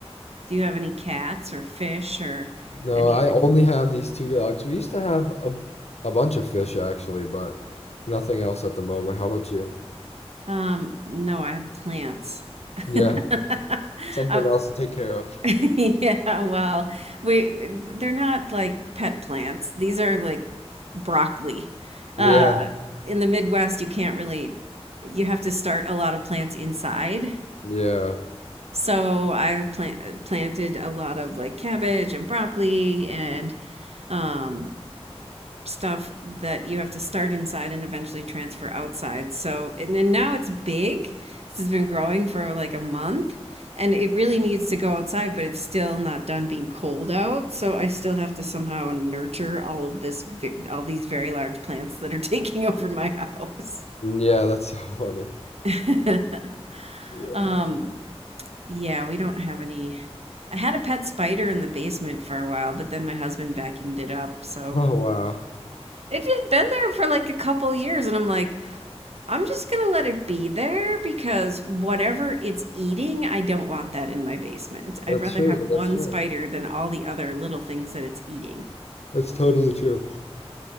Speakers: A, on the right; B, on the left.
A: Do you have any cats or fish or
B: No,
A: any?
B: I only have these two dogs. We used to have a a bunch of fish actually, but nothing else at the moment. How about you?
A: Um, no, I have plants.
B: Yeah,
A: <laughs>
B: something
A: Um,
B: else to take care of.
A: <laughs> yeah, well, we they're not like pet plants. These are like broccoli. Uh,
B: Yeah,
A: in the Midwest, you can't really, you have to start a lot of plants inside.
B: yeah.
A: So I've plant, planted a lot of like cabbage and broccoli and um stuff that you have to start inside and eventually transfer outside. So, and then now it's big because it's been growing for like a month and it really needs to go outside, but it's still not done being cold out. So I still have to somehow nurture all of this, all these very large plants that are <laughs> taking over my house.
B: Mm, Yeah, that's so <laughs> funny.
A: <laughs>
B: Yeah.
A: um, yeah, we don't have any. I had a pet spider in the basement for a while, but then my husband vacuumed it up. So
B: Oh wow.
A: it had been there for like a couple years, and I'm like, I'm just going to let it be there because whatever it's eating, I don't want that in my basement. I'd
B: That's
A: rather
B: true.
A: have
B: That's
A: one
B: true.
A: spider than all the other little things that it's eating.
B: That's totally true.